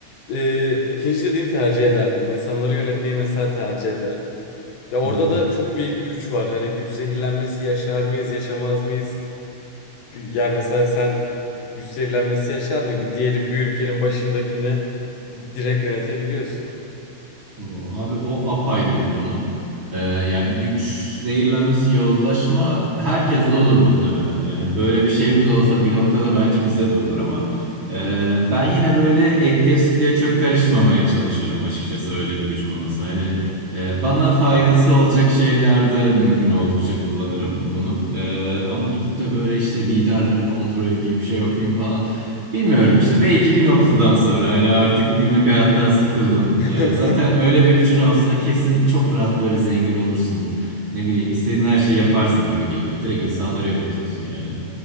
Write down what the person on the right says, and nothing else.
Hı hı.
O, abi o apayrı bir konu. Ee, yani güç zehirlenmesi, yozlaşma herkeste olur muhtemelen. Yani böyle bir şeyimiz olsa bir noktada bence bize de olur ama e, ben yine böyle etliye sütlüye çok karışmamaya çalışırım açıkçası öyle bir gücüm olsa. Hani e, bana faydası olacak şeylerde mümkün oldukça kullanırım bunu. E, ama gidip de böyle işte liderleri kontrol edeyim, şey yapayım falan. Bilmiyorum işte belki bir noktadan sonra hani artık günlük hayattan sıkıldın.
Ee, zaten öyle bir gücün olsa kesin çok rahat böyle zengin olursun. Ne bileyim istediğin her şeyi yaparsın gibi geliyor. Direkt insanları yönetiyorsun yani.